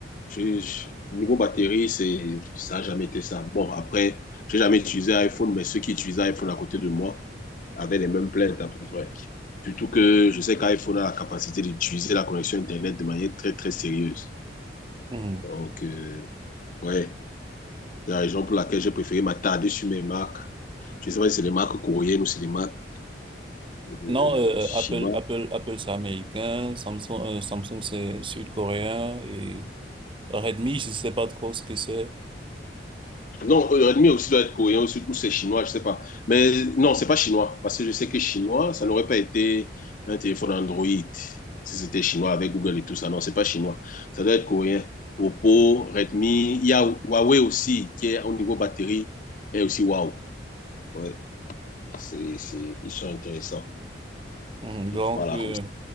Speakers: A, on the left (about 45°); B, on the right (about 25°).
A: je- je- niveau batterie, c'est, ça n'a jamais été ça. Bon, après, j'ai jamais utilisé iPhone, mais ceux qui utilisaient iPhone à côté de moi avaient les mêmes plaintes à peu près. Surtout que je sais qu'iPhone a la capacité d'utiliser la connexion Internet de manière très, très sérieuse.
B: Mhm.
A: Donc, euh, ouais. C'est la raison pour laquelle j'ai préféré m'attarder sur mes marques. Je ne sais pas si c'est des marques coréennes ou c'est des marques euh,
B: Non, euh,
A: chinoises.
B: euh, Apple, Apple, Apple, c'est américain, Samsung, euh, Samsung, c'est sud-coréen et Redmi, je sais pas trop ce que c'est.
A: Non, euh, Redmi aussi doit être coréen ou c'est chinois, je ne sais pas. Mais non, c'est pas chinois, parce que je sais que chinois, ça n'aurait pas été un téléphone Android si c'était chinois avec Google et tout ça. Non, c'est pas chinois. Ça doit être coréen. Oppo, Redmi, il y a Huawei aussi, qui est au niveau batterie, et aussi wow. Ouais, c'est, c'est, ils sont intéressants.
B: Mhm. Donc,
A: Voilà,
B: euh,
A: comme ça.